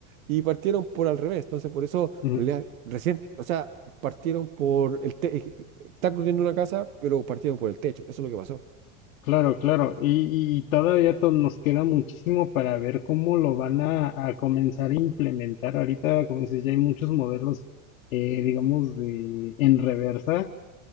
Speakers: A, on the right; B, on the left.
A: y partieron por al revés. Entonces, por eso,
B: ujú.
A: en realidad, recién, o sea, partieron por el techo, están construyendo una casa, pero partieron por el techo, eso es lo que pasó.
B: Claro, claro. Y, y todavía to- nos queda muchísimo para ver cómo lo van a, a comenzar a implementar. Ahorita, como dices, ya hay muchos modelos, eh, digamos, de, en reversa